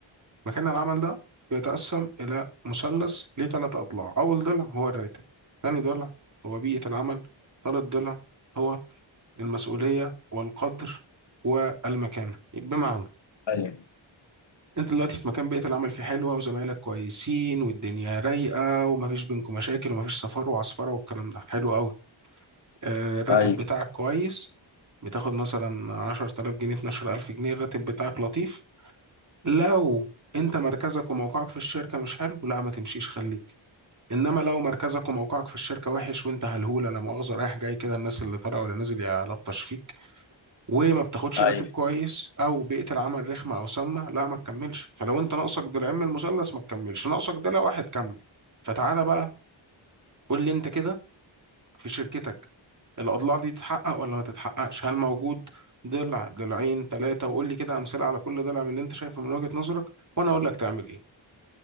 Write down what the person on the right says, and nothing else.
مكان العمل ده بيتقسم إلى مثلث ليه ثلاث أضلاع أول ضلع هو الراتب ثاني ضلع هو بيئة العمل ثالث ضلع هو المسؤولية والقدر والمكانة بمعنى
أنت دلوقتي في مكان بيئة العمل فيه حلوة وزمايلك كويسين والدنيا رايقة ومفيش بينكم مشاكل ومفيش سفر وعصفرة والكلام ده حلو قوي آه، الراتب
بتاعك كويس بتاخد مثلا 10000 جنيه 12000 جنيه الراتب بتاعك لطيف لو انت مركزك وموقعك في الشركة مش حلو لا ما تمشيش خليك انما لو مركزك وموقعك في الشركة وحش وانت هلهولة لا مؤاخذة رايح جاي كده الناس اللي طالعه ولا نازل يلطش فيك وما بتاخدش
راتب كويس او بيئة العمل رخمة او سامة لا ما تكملش فلو انت ناقصك ضلعين من المثلث ما تكملش ناقصك ضلع واحد كمل فتعالى بقى قول لي انت كده في شركتك الاضلاع دي تتحقق ولا ما تتحققش هل موجود ضلع ضلعين ثلاثة وقول لي كده امثلة على كل ضلع من اللي انت شايفه من وجهة نظرك وانا اقول لك تعمل ايه